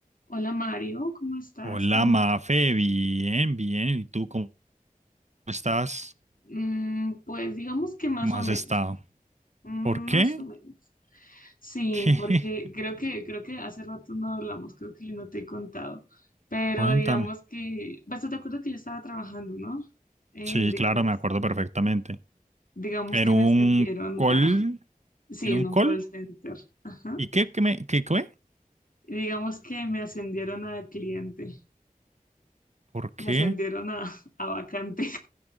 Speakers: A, on the left; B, on the right.
A: Hola Mario, ¿cómo estás?
B: Hola,
A: ¿Cómo?
B: Mafe, bien, bien. ¿Y tú cómo estás?
A: Mm, pues digamos que más
B: ¿Cómo
A: o
B: has
A: menos,
B: estado?
A: Mm,
B: ¿Por qué?
A: más o menos. Sí,
B: ¿Qué?
A: porque
B: <laughs>
A: creo que creo que hace rato no hablamos, creo que yo no te he contado, pero
B: Cuéntame.
A: digamos que, pues tú te acuerdas que yo estaba trabajando, ¿no? Eh,
B: Sí,
A: digamos,
B: claro, me acuerdo perfectamente.
A: digamos
B: En
A: que
B: un
A: me ascendieron
B: call,
A: a, <laughs> sí,
B: en
A: en
B: un call.
A: un call center, ajá.
B: ¿Y qué, qué me, qué, qué?
A: Y digamos que me ascendieron a cliente,
B: ¿Por qué?
A: me ascendieron a, a vacante. <laughs>